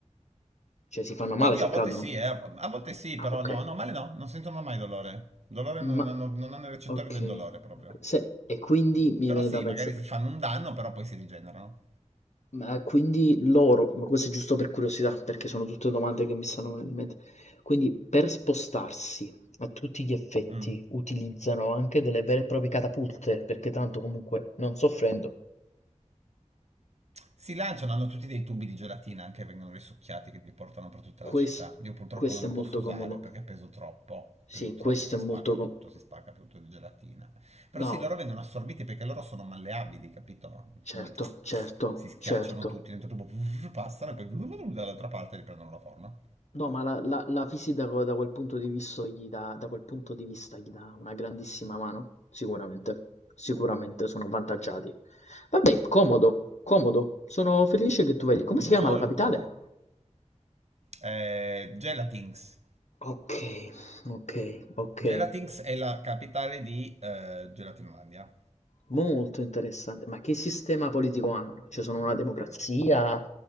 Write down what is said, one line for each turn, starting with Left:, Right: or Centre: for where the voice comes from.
Left: Cioè si fanno male
Right: Oddio,
Left: se
Right: a volte
Left: cadono?
Right: sì, eh, a volte sì,
Left: Ah,
Right: però
Left: ok.
Right: no, no, male no, non sentono mai dolore. Dolore non
Left: Ma
Right: hanno, non hanno i recettori
Left: ok,
Right: del dolore proprio.
Left: ok. Se- e quindi mi
Right: Però
Left: viene
Right: sì,
Left: da pensare.
Right: magari si fanno un danno, però poi si rigenerano.
Left: Ma quindi loro, ma questo è giusto per curiosità, perché sono tutte domande che mi stanno venendo in mente. Quindi per spostarsi a tutti gli effetti
Right: Mm.
Left: utilizzano anche delle vere e proprie catapulte, perché tanto comunque non soffrendo.
Right: Si lanciano, hanno tutti dei tubi di gelatina anche che vengono risucchiati che li portano per tutta
Left: Quest-
Right: la città. Io purtroppo
Left: questo
Right: non li
Left: è molto
Right: posso usare
Left: comodo.
Right: perché peso troppo.
Left: Sì,
Right: Peso troppo,
Left: questo
Right: si
Left: è
Right: spacca
Left: molto
Right: tutto,
Left: comodo.
Right: si spacca tutto di gelatina. Però
Left: No,
Right: sì, loro vengono assorbiti perché loro sono malleabili, capito?
Left: certo,
Right: Quindi
Left: certo,
Right: si schiacciano
Left: certo.
Right: tutti, dentro tubo passano e poi dall'altra parte riprendono la forma.
Left: No, ma la, la, la Fisi da, da quel punto di vista gli dà, da quel punto di vista gli dà una grandissima mano, sicuramente, sicuramente sono avvantaggiati. Vabbè, comodo, comodo, sono felice che tu vedi. Come si chiama
Right: Molto.
Left: la capitale?
Right: Eh, Gelatinx.
Left: Ok, ok, ok,
Right: Gelatinx è la capitale di eh, Gelatinolandia.
Left: molto interessante. Ma che sistema politico hanno? Cioè sono una democrazia,